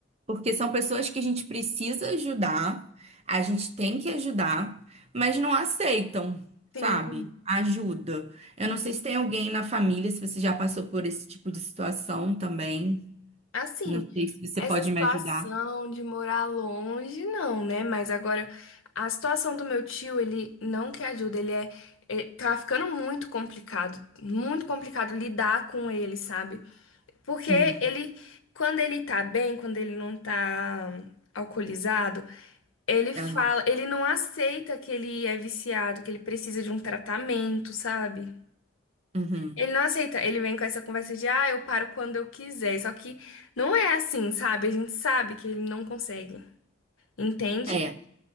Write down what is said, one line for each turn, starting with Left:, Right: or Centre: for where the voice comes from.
Right: porque são pessoas que a gente precisa ajudar, a gente tem que ajudar, mas não aceitam,
Left: Sim.
Right: sabe? Ajuda. Eu
Left: Hum.
Right: não sei se tem alguém na família, se você já passou por esse tipo de situação também.
Left: Assim,
Right: Não sei se você
Left: essa
Right: pode
Left: situação
Right: me ajudar.
Left: de morar longe, não, né? Mas agora, a situação do meu tio, ele não quer ajuda, ele é. é- tá ficando muito complicado, muito complicado lidar com ele, sabe? Porque
Right: Hum,
Left: ele, quando ele tá bem, quando ele não tá hum, alcoolizado, ele fala,
Right: aham.
Left: ele não aceita que ele é viciado, que ele precisa de um tratamento, sabe?
Right: Uhum.
Left: Ele não aceita, ele vem com essa conversa de, ah, eu paro quando eu quiser. Só que não é assim, sabe? A gente sabe que ele não consegue, entende?
Right: É,